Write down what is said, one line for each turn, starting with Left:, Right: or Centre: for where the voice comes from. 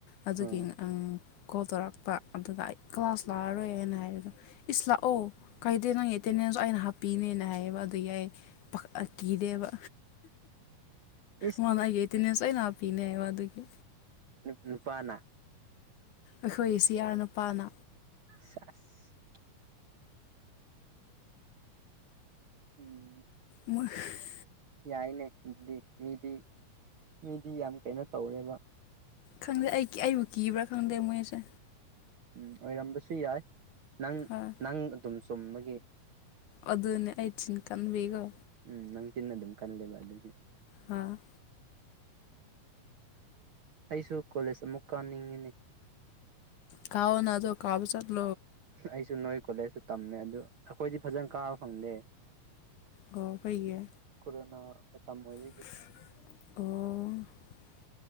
Left: ꯑꯗꯨꯒꯤ
Right: ꯑꯥ
Left: ꯉ ꯑꯪ ꯀꯣꯜ ꯇꯧꯔꯛꯄ ꯑꯗꯨꯗ ꯑꯩ ꯀ꯭ꯂꯥꯁ ꯂꯥꯛꯑꯔꯣꯏꯅ ꯍꯥꯏꯔꯗꯣ ꯏꯁ ꯂꯥꯛꯑꯣ ꯀꯥꯏꯗꯦ ꯅꯪ ꯑꯦꯇꯦꯟꯗꯦꯟꯁ ꯑꯩꯅ ꯍꯥꯞꯄꯤꯅꯦꯅ ꯍꯥꯏꯌꯦꯕ ꯑꯗꯨ ꯌꯥꯏ ꯄ ꯑꯩ ꯀꯤꯗꯦꯕ
Right: ꯎ
Left: ꯃꯥꯟꯅ ꯑꯩꯒꯤ ꯑꯦꯇꯤꯅꯦꯁ ꯂꯣꯏꯅ ꯍꯥꯄꯤꯅꯦ ꯍꯥꯏꯕ ꯑꯗꯨꯒꯤ
Right: ꯅꯨ ꯅꯨꯄꯥꯅ
Left: ꯑꯩꯈꯣꯏ ꯁꯤꯌꯔ ꯅꯨꯄꯥꯅ
Right: ꯁꯦꯁ <unintelligible> ꯎꯝ
Left: <unintelligible>
Right: ꯌꯥꯏꯅꯦ ꯑꯗꯨꯗꯤ ꯃꯤꯗꯤ ꯃꯤꯗꯤ ꯌꯥꯝ ꯀꯩꯅꯣ ꯇꯧꯔꯦꯕ
Left: ꯈꯪꯗꯦ ꯑꯩ ꯑꯩꯕꯨ ꯀꯤꯕ꯭ꯔꯥ ꯈꯪꯗꯦ ꯃꯣꯏꯁꯦ
Right: ꯎꯝ ꯑꯣꯏꯔꯝꯕꯁꯨ ꯌꯥꯏ ꯅꯪ
Left: ꯍꯣꯏ
Right: ꯅꯪ ꯑꯗꯨꯝ ꯆꯨꯝꯕꯒꯤ
Left: ꯑꯗꯨꯅꯦ ꯑ ꯆꯤꯟ ꯀꯥꯟ ꯕꯒ
Right: ꯎꯝ ꯅꯪ ꯆꯤꯟꯅ ꯑꯗꯨꯝ ꯀꯜꯂꯦꯕ ꯑꯗꯨꯒꯤ
Left: ꯍꯥꯥ
Right: ꯑꯩꯁꯨ ꯀꯣꯂꯦꯖ ꯑꯃꯨꯛ ꯀꯥꯅꯤꯡꯉꯤꯅꯦ
Left: ꯀꯑꯣ ꯅ ꯑꯗꯨꯣ ꯀꯕꯨ ꯆꯠꯣ
Right: ꯑꯩꯁꯨ ꯅꯣꯏ ꯀꯣꯂꯦꯖꯇ ꯇꯝꯃꯦ ꯑꯗꯨ ꯑꯩꯈꯣꯏꯗꯤ ꯐꯖꯅ ꯀꯥꯕ ꯐꯪꯗꯦ
Left: ꯀ ꯐꯩꯒ
Right: ꯀꯣꯔꯣꯅꯥ ꯑꯣꯏꯕꯒꯤ
Left: ꯑꯣ